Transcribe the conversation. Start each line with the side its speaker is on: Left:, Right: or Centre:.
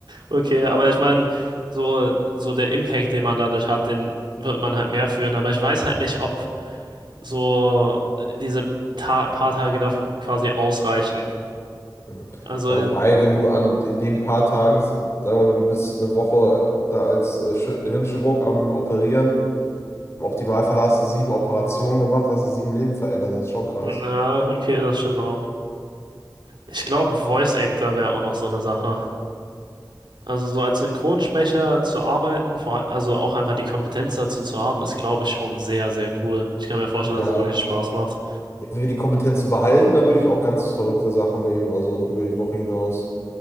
Right: okay, aber ich meine, so, so der Impact, den man dadurch hat, den wird man halt mehr fühlen. Aber ich weiß halt nicht, ob so diese ta paar Tage dafür quasi ausreichen.
Left: hm.
Right: Also,
Left: ja, wobei, wenn du an in den paar Tagen, sagen wir mal, du bist eine Woche da als äh, Chi- Hirnchirurg am Operieren, im Optimalfall hast du sieben Operationen gemacht, hast du sieben Leben verändert, das ist schon krass.
Right: na, okay, das stimmt auch. Ich glaube, Voice Actor wäre auch noch so eine Sache. Also so als Synchronsprecher zu arbeiten, vor, also auch einfach die Kompetenz dazu zu haben, ist, glaube ich, schon sehr, sehr cool. Ich kann mir vorstellen,
Left: Ja,
Right: dass das wirklich Spaß macht.
Left: ja, wenn wir die Kompetenzen behalten, dann würde ich auch ganz verrückte Sachen nehmen, also über die Woche hinaus.